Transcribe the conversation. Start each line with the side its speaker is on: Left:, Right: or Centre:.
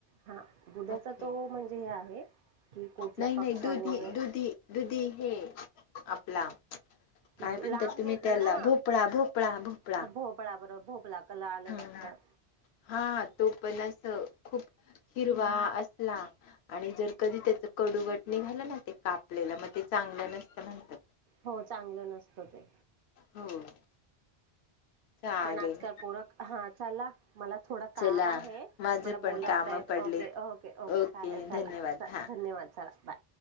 Right: हा दुध्याचा
Left: ओके
Right: तो म्हणजे हे आहे. की कुठल्या
Left: नाही,
Right: पक्षाने
Left: नाही, दुधी दुधी दुधी हे आपला काय
Right: लांब
Left: म्हणतात, तुम्ही
Right: दुधी
Left: त्याला,
Right: ना
Left: भोपळा, भोपळा, भोपळा.
Right: हा भोपळा बर भोपला कल आलं
Left: हम्म
Right: लक्षात.
Left: हा तो पण अस, खूप हिरवा असला, आणि जर कधी, त्याच कडूवट निघालं ना, ते कापलेलं मग ते चांगलं नसतं म्हणतात.
Right: हो चांगलं नसतं ते.
Left: हो. चालेल
Right: पण आजकाल पोरक हा चला, मला थोडं काम
Left: चला
Right: आहे,
Left: माझे
Right: मला
Left: पण
Right: बोलवताय.
Left: काम पडलेत
Right: ओके ओके ओके चालेल, चला,
Left: धन्यवाद हा
Right: धन्यवाद चला बाय.